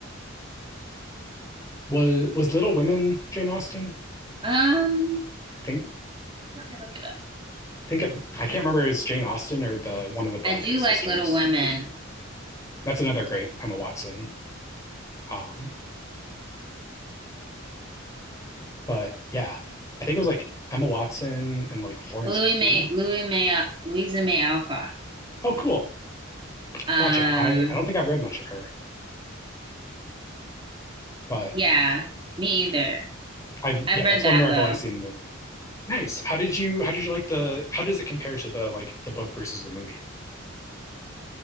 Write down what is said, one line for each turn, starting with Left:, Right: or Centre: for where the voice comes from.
Left: Was was Little Women Jane Austen?
Right: um,
Left: I think
Right: let me look it up.
Left: I think it, I can't remember if it was Jane Austen or the one of the Bronte
Right: I do
Left: sisters.
Right: like Little Women
Left: That's another great Emma Watson. Um, but yeah, I think it was like Emma Watson and like Florence
Right: Louis
Left: Pugh.
Right: May, Louis May, Louisa May Alcott.
Left: Oh, cool.
Right: Um,
Left: Gotcha. I, I don't think I've read much of her, but
Right: yeah, me either.
Left: I've
Right: I've
Left: yeah, that's
Right: read
Left: one
Right: that
Left: where I've
Right: though.
Left: only seen the movie. Nice. How did you how did you like the how does it compare to the like the book versus the movie?